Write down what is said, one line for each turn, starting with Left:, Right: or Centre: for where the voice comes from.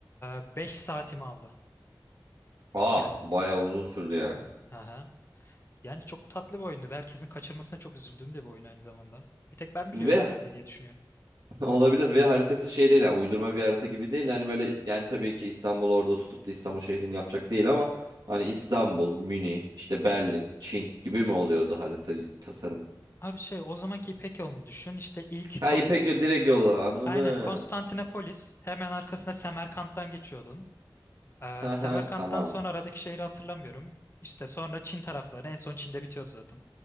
Left: 5 saatimi aldı.
Right: Aa
Left: Ger
Right: bayağı uzun sürdü yani.
Left: Aha. Yani çok tatlı bir oyundu ve herkesin kaçırmasına çok üzüldüğüm de bir oyun aynı zamanda. Bir tek ben biliyorum
Right: Ve
Left: herhalde diye düşünüyorum.
Right: <laughs> olabilir ve haritası şey değil yani uydurma bir harita gibi değil hani böyle yani tabii ki İstanbul orada tutup da İstanbul şehrini yapacak değil ama hani İstanbul, Münih, işte Berlin, Çin gibi mi oluyordu harita tasarımı?
Left: Abi şey o zamanki İpek yolunu düşün. İşte ilk
Right: Ha
Left: Konst
Right: İpek yo- direkt yolu anladım.
Left: aynen Konstantinopolis hemen arkasında Semerkant'tan geçiyordun. Ee,
Right: Ha
Left: Semerkant'tan
Right: ha tamam.
Left: sonra aradaki şehri hatırlamıyorum. İşte sonra Çin tarafları en son Çin'de bitiyordu zaten.